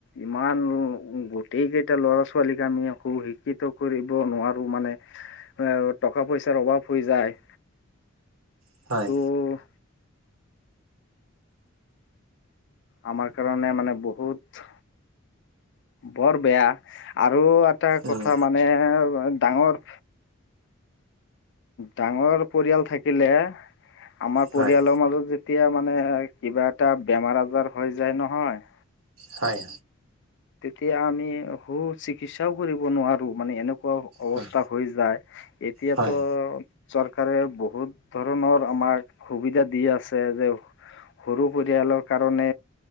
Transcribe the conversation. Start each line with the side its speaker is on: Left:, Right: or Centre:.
Left: ইমানো উ গোটেই কেইটা লৰা ছোৱালীক আমি শিক্ষিত কৰিব নোৱাৰো মানে এ টকা পইচাৰ অভাৱ হৈ যায়
Right: হয়
Left: উ আমাৰ কাৰণে মানে বহুত বৰ বেয়া আৰু আটা কথা
Right: উম
Left: মানে এ ডাঙৰ ডাঙৰ পৰিয়াল থাকিলে আমাৰ পৰিয়ালৰ
Right: হয়
Left: মাজত যে তিয়া মানে কিবা এটা বেমাৰ আজাৰ হৈ যায় নহয়
Right: হয়
Left: তেতিয়া আমি সু চিকিৎসাও কৰিব নোৱাৰো মানে এনেকুৱাও অৱস্থা
Right: হয়
Left: হৈ যায় এতিয়া
Right: হয়
Left: ত চৰকাৰে বহুত ধৰণৰ আমাক সুবিধা দি আছে যে সৰু পৰিয়ালৰ কাৰণে